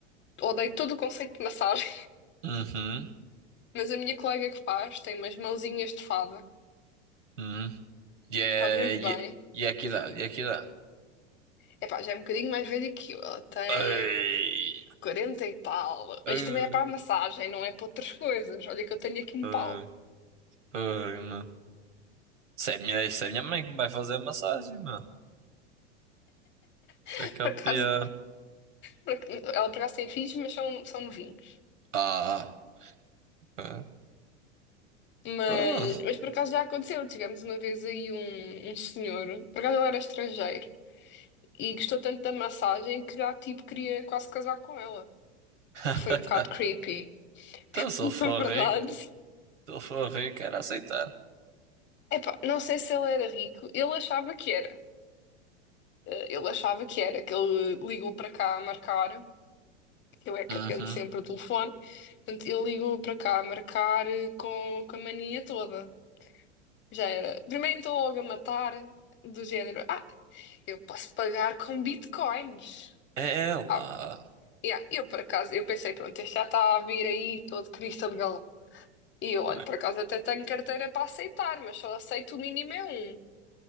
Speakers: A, on the left; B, on the right.
A: odeio todo o conceito de massagem,
B: Uhum.
A: <laughs> mas a minha colega que faz tem umas mãozinhas de fada,
B: Uhum. E é.
A: faz muito
B: E
A: bem.
B: é e é que idade? E é que idade?
A: Epá, já é um bocadinho mais velha que eu. Ela tem
B: Ei.
A: 40 e tal.
B: Ei.
A: Mas também é para a massagem, não é para outras coisas. Olha que eu tenho aqui um
B: Ei.
A: pau.
B: Ei, meu. Isso é minha, isso é minha mãe que me vai fazer massagem, meu. Isso
A: <laughs>
B: é que é
A: Por
B: o
A: acaso,
B: pior.
A: por ac- ela por acaso tem filhos, mas são, são novinhos.
B: Ah. ah.
A: Mas,
B: Ah.
A: mas por acaso já aconteceu. Tivemos uma vez aí um, um senhor, por acaso ele era estrangeiro, e gostou tanto da massagem que já tipo queria quase casar com ela.
B: <laughs>
A: O que foi um bocado creepy,
B: Então, se
A: <laughs>
B: ele for
A: na verdade.
B: rico, se ele for rico, era aceitar.
A: Epá, não sei se ele era rico, ele achava que era. Eh, Ele achava que era, que ele ligou para cá a marcar. Eu é que
B: Uhum.
A: atendo sempre o telefone. Portanto, eu ligo para cá a marcar eh, com, com a mania toda. Já era. Primeiro então logo a matar, do género. Ah, eu posso pagar com bitcoins.
B: É lá.
A: Ah, yeah, eu por acaso, eu pensei, pronto, este já está a vir aí todo Cristo de Galo. E eu,
B: Tá
A: olho
B: bem.
A: por acaso até tenho carteira para aceitar, mas só aceito o mínimo é um.